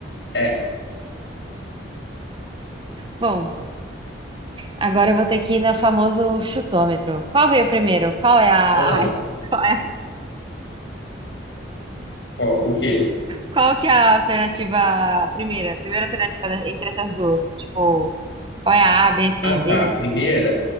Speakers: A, on the left; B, on the right.
A: É.
B: Bom, agora eu vou ter que ir na famoso chutômetro. Qual veio primeiro? Qual é a...
A: Ah,
B: ai, <laughs> Qual é...
A: qual? O quê?
B: Qual que é a alternativa primeira? Primeira alternativa da- entre essas duas. Tipo, qual é a A, B, C,
A: Ah, tá.
B: D?
A: A primeira